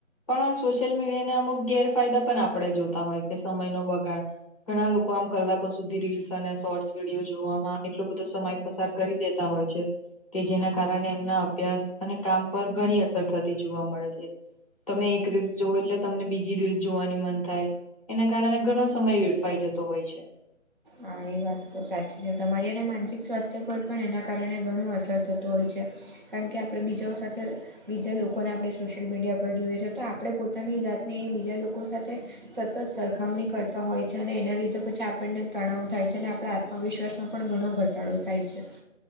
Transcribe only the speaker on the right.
હા એ વાત તો સાચી છે તમારી અને માનસિક સ્વાસ્થ્ય પર પણ એના કારણે ઘણું અસર થતું હોય છે. કારણ કે આપણે બીજાઓ સાથે બીજા લોકોને આપણે સોશિયલ મીડિયા પર જોઈએ છ છે તો આપણે પોતાની જાતને એ બીજા લોકો સાથે સતત સરખામણી કરતા હોય છે અને એના લીધે પછી આપણને તણાવ થાય છે અને આપણા આત્મવિશ્વાસમાં પણ ઘણો ઘટાડો થાય છે.